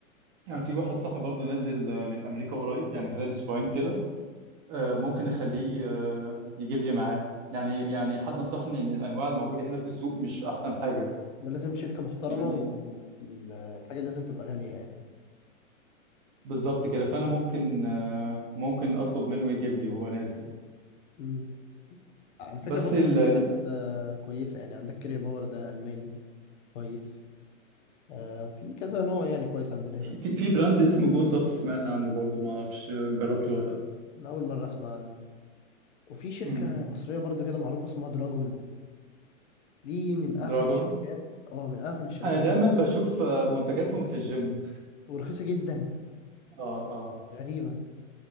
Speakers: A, on the right; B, on the left.
A: يعني في واحد صاحبي برضو نازل آه، من امريكا قريب يعني خلال اسبوعين كده آه، ممكن اخليه آه، يجيب لي معاه يعني يعني حد نصحني ان الانواع الموجوده هنا في السوق مش احسن حاجه
B: ده لازم شركه محترمه
A: يعني
B: والحاجه لازم تبقى غاليه يعني
A: بالظبط كده فانا ممكن آه، ممكن اطلب منه يجيب لي وهو نازل
B: امم على فكره
A: بس
B: برضو
A: ال...
B: في
A: ال-
B: حاجات آه، كويسه يعني عندك كريا باور ده الماني كويس آه، وفي كذا نوع يعني كويس عندنا
A: في
B: هنا
A: في في براند اسمه جو سبس سمعت عنه برضو ما اعرفش آه، جربته ولا لا
B: انا اول مره اسمع عنه وفي شركه
A: امم
B: مصريه برضو كده معروفه اسمها دراجون دي من اعفن
A: دراجون
B: الشركات اه من اعفن الشركات
A: انا دايما بشوف آه، منتجاتهم في الجيم
B: ورخيصه جدا
A: اه اه
B: غريبة